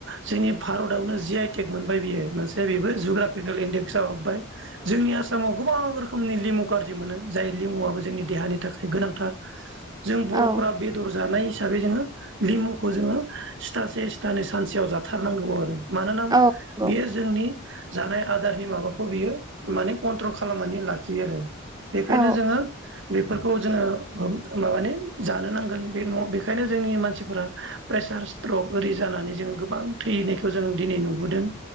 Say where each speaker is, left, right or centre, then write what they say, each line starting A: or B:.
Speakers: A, on the right; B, on the right.
A: जोंनि भारतआवनो जि आइ टेक मोनबाय बियो मोनसे बेबो जुग्राफिकेल इनडेक्सआव हाबबाय। जोंनि आसामाव गोबां रो खोमनि लिमु कारजि मोनो जाय लिमुआबो जोंनि देहानि थाखाय गोनांथार। जों बर'फोरा
B: औ औ
A: बेदर जानाय हिसाबै जोङो लिमुखौ जोङो सिथासे सिथानै सानसेयाव जाथारनांगौ आरो। मानोना
B: औ नंगौ
A: बेयो जोंनि जानाय आदारनि माबाखौ बियो माने कन्ट्रल खालामनानै लाखियो आरो, बेखायनो
B: औ
A: जोङो बेफोरखौ जोङो माबानि जानो नांगोन बे न बेखायनो जोंनि मानसिफोराेस प्रे सार स्ट्रक ओरै जानानै जोङो गोबां थैनायखौ जों दिनै नुबोदों।